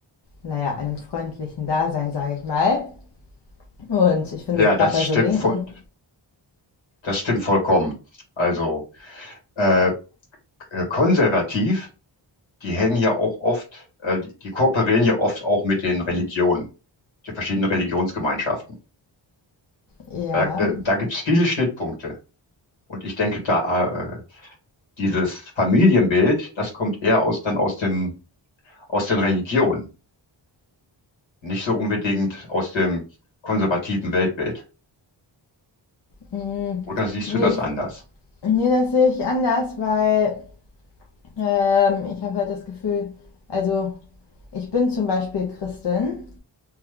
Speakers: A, on the left; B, on the left.
A: naja, einem freundlichen Dasein, sage ich mal. Und ich finde
B: Ja,
A: gerade
B: das
A: bei
B: stimmt,
A: so Linken,
B: voll- das stimmt vollkommen. Also äh, äh, konservativ, die hängen ja auch oft, äh, die, die kooperieren ja oft auch mit den Religionen, den verschiedenen Religionsgemeinschaften.
A: <laughs> ja,
B: Da, da, da gibt es viele Schnittpunkte. Und ich denke, da äh, dieses Familienbild, das kommt eher aus dann aus dem aus den Religionen, nicht so unbedingt aus dem konservativen Weltbild.
A: mh,
B: Oder siehst
A: nee,
B: du das
A: ich
B: anders?
A: Nee, das sehe ich anders, weil ähm, ich habe halt das Gefühl, also ich bin zum Beispiel Christin